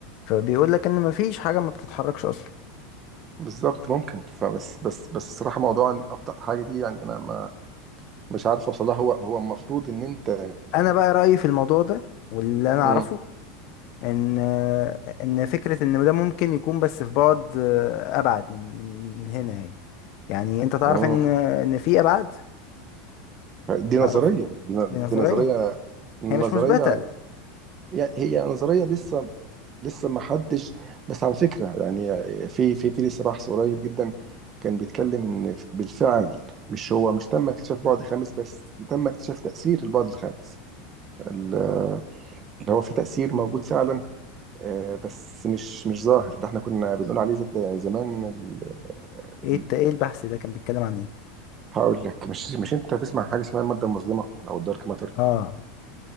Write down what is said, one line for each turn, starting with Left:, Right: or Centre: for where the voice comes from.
Left: فبيقول لك ان مفيش حاجة ما بتتحركش اصلا
Right: بالظبط ممكن فبس بس بس الصراحة موضوع إن أبطأ حاجة دي يعني أنا ما مش عارف أوصلها هو هو المفروض إن أنت يعني
Left: انا بقى رايي في الموضوع ده واللي انا اعرفه
Right: مم.
Left: ان ان فكره ان ده ممكن يكون بس في بعد آه، ابعد من من من هنا يعني يعني انت تعرف
Right: مم.
Left: ان ان في ابعاد
Right: دي
Left: تعرف
Right: نظرية دي ن-
Left: دي نظريه
Right: دي نظرية نظرية
Left: هي مش مثبته
Right: يعني هي نظرية لسه لسه ما حدش بس على فكرة يعني في في في لسه بحث قريب جدا كان بيتكلم ان بالفعل مش هو مش تم اكتشاف بعد خامس بس تم اكتشاف تأثير البعد الخامس ال- اللي هو في تأثير موجود فعلا آه، بس مش مش ظاهر ده احنا كنا بنقول عليه زد- زمان ال-
Left: ايه
Right: ال-
Left: الت- ايه البحث ده كان بيتكلم عن ايه
Right: هقول لك مش مش انت هتسمع عن حاجة اسمها المادة المظلمة او الدارك ماتر
Left: اه